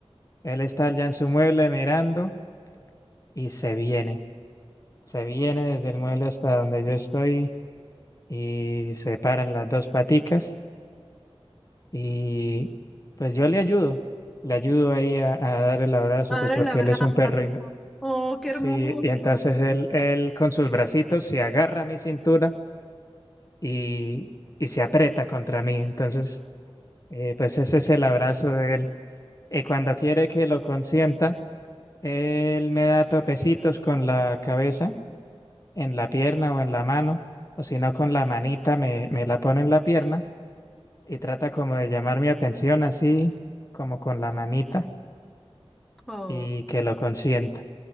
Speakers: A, on the left; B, in the centre.
A: él está allá en su mueble mirando y se viene. Se viene desde el mueble hasta donde yo estoy y se paran las dos paticas y pues yo le ayudo. Le ayudo ahí a, a dar el abrazo,
B: Ahora
A: pues porque
B: el abrazo.
A: él es un perro y no-
B: Oh, qué
A: sí,
B: hermoso.
A: y entonces él, él con sus bracitos se agarra a mi cintura y, y se aprieta contra mí. Entonces Eh, pues ese es el abrazo de él. Y cuando quiere que lo consienta, él me da topecitos con la cabeza, en la pierna o en la mano, o si no con la manita me, me la pone en la pierna y trata como de llamar mi atención así, como con la manita,
B: Oh.
A: y que lo consienta.